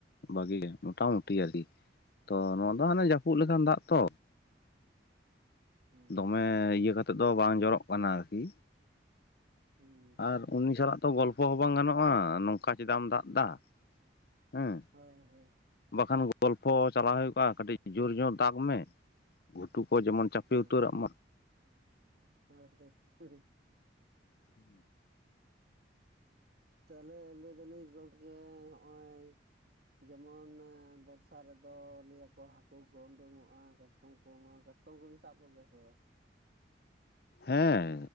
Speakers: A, on the left; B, on the right.
A: ᱵᱷᱟᱜᱤ ᱜᱮ ᱢᱚᱴᱟ ᱢᱩᱴᱤ ᱟᱨᱠᱤ ᱛᱚ ᱱᱚᱣᱟ ᱫᱚ ᱦᱟᱱᱮ ᱡᱟᱹᱯᱩᱫ ᱞᱮᱠᱟᱱ ᱫᱟᱜ ᱛᱚ
B: ᱦᱮᱸ
A: ᱫᱚᱢᱮ
B: ᱦᱮᱸ
A: ᱤᱭᱟᱹ ᱠᱟᱛᱮᱫ ᱫᱚ ᱵᱟᱝ ᱡᱚᱨᱚᱜ ᱠᱟᱱᱟ ᱟᱨ ᱠᱤ
B: ᱦᱩᱸ <inaudible>
A: ᱟᱨ ᱩᱱᱤ ᱥᱟᱞᱟᱜ ᱛᱚ ᱜᱚᱞᱯᱚ ᱦᱚᱸ ᱵᱟᱝ ᱜᱟᱱᱚᱜᱼᱟ ᱱᱚᱝᱠᱟ ᱪᱮᱫᱟᱜ ᱮᱢ ᱫᱟᱜ ᱫᱟ ᱦᱮᱸ
B: ᱦᱳᱭ ᱦᱳᱭ
A: ᱵᱟᱠᱷᱟᱱ ᱜᱚᱞᱯᱷᱚ ᱪᱟᱞᱟᱣ ᱦᱳᱭ ᱠᱚᱜᱼᱟ ᱠᱟᱹᱴᱤᱡ ᱡᱩᱨ ᱧᱚᱜ ᱫᱟᱜᱽ ᱢᱮ ᱜᱷᱩᱴᱩ ᱠᱚ ᱡᱮᱢᱚᱱ ᱪᱟᱯᱮ
B: ᱦᱮᱸ
A: ᱩᱛᱟᱹᱨᱚᱜ ᱢᱟ
B: <unintelligible>
A: <inaudible>
B: ᱛᱟᱦᱚᱞᱮ ᱞᱟᱹᱭ ᱫᱟᱞᱤᱧ ᱜᱚᱢᱠᱮ ᱦᱚᱜᱼᱚᱭ ᱡᱮᱢᱚᱱ ᱵᱚᱨᱥᱟ ᱨᱮᱫᱚ ᱞᱟᱹᱭᱟ ᱠᱚ ᱦᱟᱠᱩ ᱠᱚ ᱩᱰᱩᱝᱚᱜᱼᱟ ᱠᱟᱴ <unintelligible> ᱱᱚᱣᱟ ᱠᱟᱴᱠᱚᱢ ᱠᱚᱵᱤᱱ ᱥᱟᱵ ᱠᱚᱜᱮᱭᱟ ᱥᱮ ᱵᱟᱝ?
A: ᱦᱮᱸ